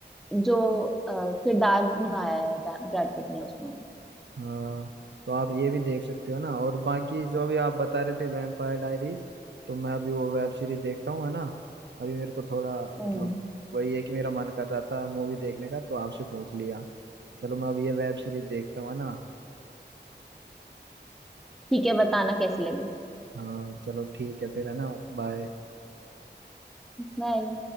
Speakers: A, in the centre; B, on the right.
A: जो अ, किरदार निभाया है ब्रैड पिट ने उसमें
B: हाँ तो आप ये भी देख सकते हो ना और बाकी जो भी आप बता रहे थे वैम्पायर डायरीज तो मैं अभी वो वेब सीरीज देखता हूँ है ना अभी मेरे को थोड़ा
A: हम्म
B: मतलब वही है कि मेरा मन कर रहा था मूवी देखने का तो आपसे पूछ लिया चलो मैं अब ये वेब सीरीज देखता हूँ है ना
A: ठीक है बताना कैसी लगी
B: हाँ चलो ठीक है फिर है ना बाय
A: बाय